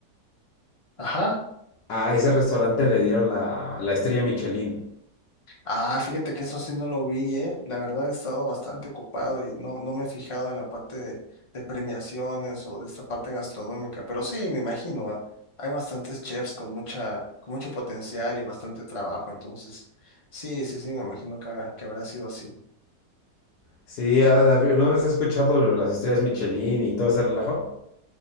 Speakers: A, on the left; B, on the left.
A: Ajá.
B: A ese restaurante le dieron la, la estrella Michelin.
A: Ah, fíjate que eso sí no lo vi, ¿eh? La verdad he estado bastante ocupado y no, no me he fijado en la parte de, de premiaciones o de esta parte gastronómica. Pero sí, me imagino, ah, Hay bastantes chefs con mucha, con mucho potencial y bastante trabajo. Entonces, sí, sí, sí, me imagino que, ha- que habrá sido así.
B: Sí, a- a- ¿alguna vez has escuchado lo de las estrellas Michelin y todo ese relajo?